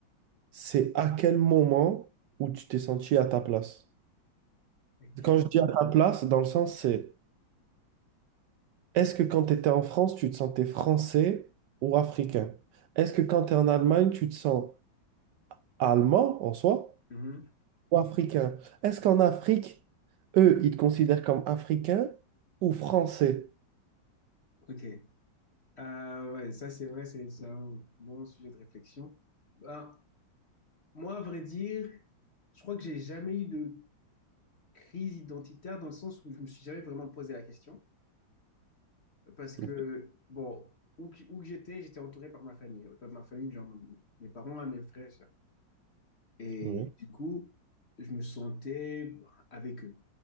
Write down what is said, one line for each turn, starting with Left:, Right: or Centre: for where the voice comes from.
Right: c'est à quel moment où tu t'es senti à ta place?
Left: Ok.
Right: Quand je dis à ta place, dans le sens, c'est... Est-ce que quand tu étais en France, tu te sentais français ou africain? Est-ce que quand tu es en Allemagne, tu te sens allemand en soi
Left: Mhm.
Right: ou africain? Est-ce qu'en Afrique, eux, ils te considèrent comme africain ou français?
Left: Ok. Ah ouais, ça c'est vrai, c'est c'est un bon sujet de réflexion. Bah, moi, à vrai dire, je crois que j'ai jamais eu de crise identitaire dans le sens où je me suis jamais vraiment posé la question. Parce
Right: Ok,
Left: que, bon, où, que où que j'étais, j'étais entouré par ma famille. Par ma famille, genre mes parents, mes frères. Et
Right: oui.
Left: du coup, je me sentais avec eux.